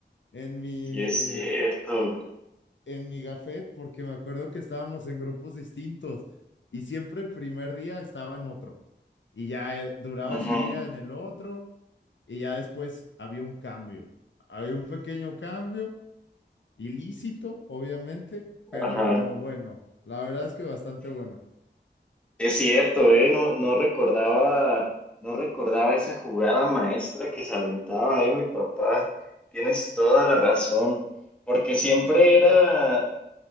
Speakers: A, on the left; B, in the centre.
A: en mi,
B: Sí, es cierto.
A: en mi gafet? Porque me acuerdo que estábamos en grupos distintos y siempre el primer día estaba en otro y ya eh, duraba
B: Ujú,
A: ese día en el otro y ya después había un cambio. Había un pequeño cambio ilícito, obviamente, pero
B: Ajá.
A: bueno, la verdad es que bastante bueno.
B: Es cierto, ¿eh? No, no recordaba, no recordaba esa jugada maestra que se aventaba, ¿eh? Mi papá. Tienes toda la razón. Porque siempre era.